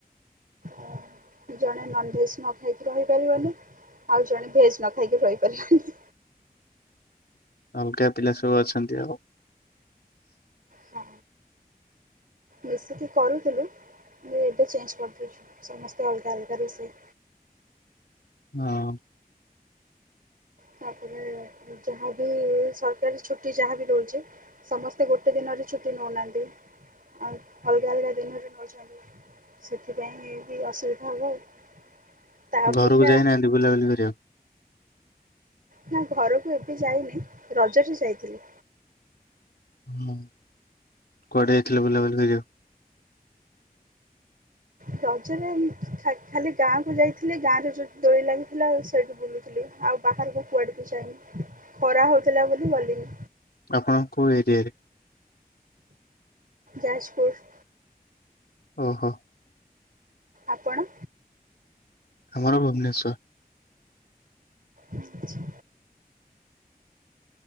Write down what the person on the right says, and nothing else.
ଆଉ ଜଣେ ନନଭେଜ୍ ନ ଖାଇକି ରହିପାରିବନି। ଆଉ ଜଣେ ଭେଜ ନ ଖାଇକି ରହିପାରିବନି।
ହଁ ମିଶିକି କରୁଥିଲୁ ହେଲେ ଏବେ ଚେଞ୍ଜ କରିଦେଇଚୁ ସମସ୍ତେ ଅଲଗା ଅଲଗା ରୋଷେଇ
ତାପରେ ଯାହାବି ସରକାରୀ ଛୁଟି ଯାହାବି ଦୋଉଚି ସମସ୍ତେ ଗୋଟେ ଦିନରେ ଛୁଟି ନେଉନାହାନ୍ତି ଆଉ ଅଲଗା ଅଲଗା ଦିନରେ ନେଉଛନ୍ତି। ସେଥିପାଇଁ ବି ଏନ୍ତିବଅସୁବିଧା ହବ ଆଉ। ତା ଅପେକ୍ଷା
ନା ଘରକୁ ଏବେ ଯାଇନି ରଜରେ ଯାଇଥିଲି।
ରଜରେ ଖାଲି ଗାଁକୁ ଯାଇଥିଲି, ଗାଁରେ ଯଉ ଦୋଳି ଲାଗିଥିଲା, ସେଇଠୁ ବୁଲୁ ଥିଲି, ଆଉ ବାହାରକୁ କୁଆଡ଼େକୁ ଯାଇନି ଖରା ହେଉଥିଲା ବୋଲି ଗଲିନି।
ଯାଜପୁର୍।
ଆପଣ?
ଆଛା।